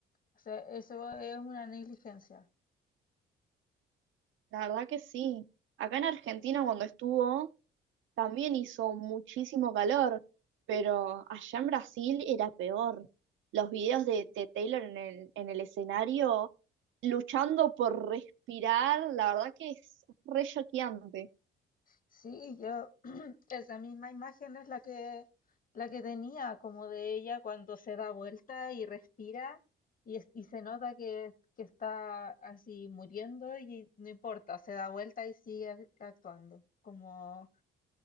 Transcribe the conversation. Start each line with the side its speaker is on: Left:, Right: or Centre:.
Left: o sea, eso es una negligencia.
Right: la verdad que sí. Acá en Argentina cuando estuvo... También hizo muchísimo calor, pero allá en Brasil era peor. Los videos de, de Taylor en el, en el escenario luchando por respirar, la verdad que es re choqueante.
Left: Sí, yo, <clears throat> esa misma imagen es la que, la que tenía, como de ella cuando se da vuelta y respira y, es- y se nota que, que está así muriendo y no importa, se da vuelta y sigue actuando. Como